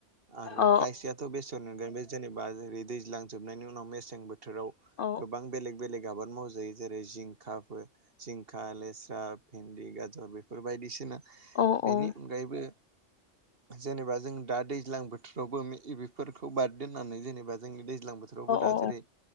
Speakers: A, on the right (about 45°); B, on the left (about 60°).
A: आरो
B: औ
A: खायसेयाथ' बेसर। गोन बे जेनेबा जै दैज्लां जोबनायनि उनाव मेसें बोथोर। बोथोराव
B: औ
A: गोबां बेलेग-बेलेग आबाद मावजायो। जेरै-जिंखाफोर, जिंखा, लेस्रा, भेन्दि, गाजर बेफोर बायदिसिना।
B: औ
A: बेनि अनगायैबो। जेनेबा जों दा दैज्लां बोथोरावबो बेफोरखौ बाद दोननानै जेनेबा। दा जोंनि दैज्लां बोथोरावबो दा
B: औ
A: जेरै-